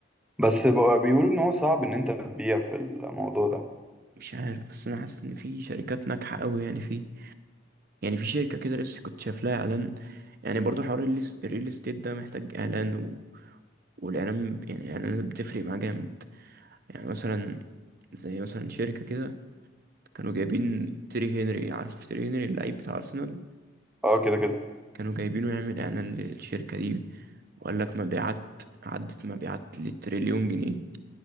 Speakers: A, in the centre; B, on the right.
A: بس بقى بيقولوا إن هو صعب إن أنت تبيع في الموضوع ده
B: مش عارف بس أنا حاسس إن في شركات ناجحة أوي يعني فيه يعني في شركة كده لسه كنت شايف لها اعلان يعني برضو حوار الريل الريل استيت ده محتاج اعلان و... والاعلان ب- يعني الاعلانات بتفرق معاه جامد يعني مثلا زي مثلا شركة كده كانوا جايبين تيري هنري عارف تيري هنري اللعيب بتاع ارسنال
A: أه كده كده
B: كانوا جايبينه يعمل اعلان للشركة دي وقال لك مبيعات عدت مبيعات لتريليون جنيه